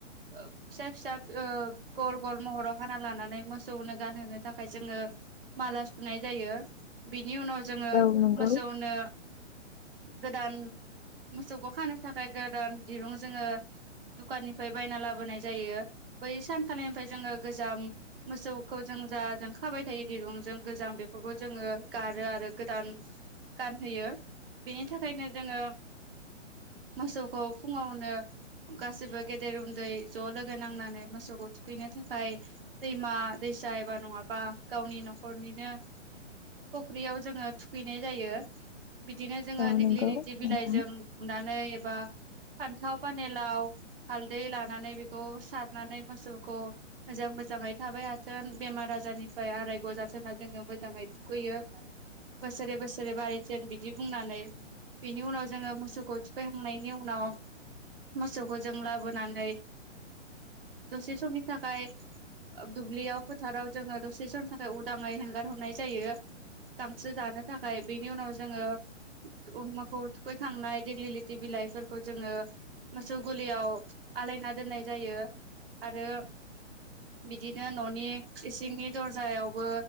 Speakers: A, on the right (about 50°); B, on the left (about 55°).
A: ओ फिसा फिसा ओ गल गल महराव हाना लानानै मोसौनो गानहोनो थाखाय जोङो माला सुनाय जायो। बिनि उनाव जोङो
B: औ नंगौ
A: मोसौनो गोदान मोसौखौ खानो थाखाय गोदान दिरुं जोङो दुखाननिफ्राय बायना लाबोनाय जायो। बै सानखालिनिफ्राय जोङो गोजाम मोसौखौ जों ओं जा जों खाबाय थायो दिरुंजों गोजाम बेफोरखौ जोङो गारो आरो। गोदान गानहोयो बेनि थाखायनो जोङो मोसौखौ फुङावनो गासैबो गेदेर उन्दै ज' लोगो नांनानै मोसौखौ थुखैनो थाखाय दैमा दैसा एबा नङाबा गावनि न'खरनिनो फख्रियाव जोङो थुखैनाय जायो। बिदिनो जोङो
B: औ
A: दिेगिलिथि
B: नंगौ
A: बिलाइजों
B: नोंथां
A: बुनानै एबा फान्थाव फानिलाव हालदै लानानै बेखौ सारनानै मोसौखौ मोजां मोजां जाङै थाबाय हाथों बेमार आजारनिफ्राय आरायग' जाथोंना जोङो मोजाङै थुखैयो। बोसोरे बोसोरे बारायथों बिदि बुंनानै। बेनि उनाव जोङो मोसौखौ थुखैखांनायनि उनाव मोसौखौ जों लाबोनानै दसे समनि थाखाय ओ दुब्लियाव फोथाराव जोङो दसे समनि थाखाय उदाङै हेंगार हरनाय जायो। गांसो जानो थाखाय बेनि उनाव जोङो अफ माखौ थुखैखांनाय दिगलिलिथि बिलाइफोरखौ जोङो मोसौ गलियाव आलायना दोननाय जायो। आरो बिदिनो न'नि इसिंनि दर्जायावबो